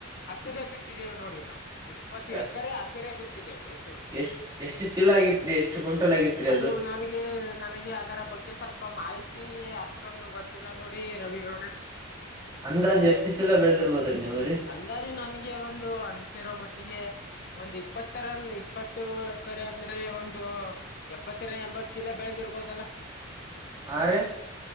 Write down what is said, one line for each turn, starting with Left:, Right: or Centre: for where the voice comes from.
Left: ಹಸಿರ ಬಿತ್ತಿದೇವು ನೋಡಿ ನಾವು. ಇಪ್ಪತ್ತು
Right: ಎಸ್
Left: ಎಕರೆ ಹಸಿರೆ ಬಿತ್ತಿದೆೇವು ಹೆಸರು.
Right: ಎಷ್ಟ್ ಎಷ್ಟು ಚೀಲ ಆಗಿತ್ರಿ ಎಷ್ಟು ಕ್ವಿಂಟಲ್ ಆಗಿತ್ರಿ
Left: ಅದು ನನಗೆ ನನಗೆ ಅ ಬಗ್ಗೆ ಸ್ವಲ್ಪ ಮಾಹಿತಿ ಅಷ್ಟೊಂದು ಗೊತ್ತಿಲ್ಲ ನೋಡಿ ರವಿ ಅವರೆ.
Right: ಅಂದಾಜ್ ಎಷ್ಟ್ ಚೀಲ ಬೆಳದಿರ್ಬೋದ್ರಿ ನೀವ್ರೀ.
Left: ಅಂದಾಜು ನನ್ಗೆ ಒಂದು ಅನ್ಸಿರೋ ಮಟ್ಟಿಗೆ. ಒಂದು ಇಪ್ಪತ್ತರನ್ ಇಪ್ಪತ್ತು ಎಕರೆ ಅಂದ್ರೆ ಒಂದು ಎಪ್ಪತ್ತಅರೆ ಎಂಬತ್ ಚೀಲ ಬೆಳೆದಿರ್ಬೋದಲ್ಲಾ.
Right: ಹಾ ರೀ.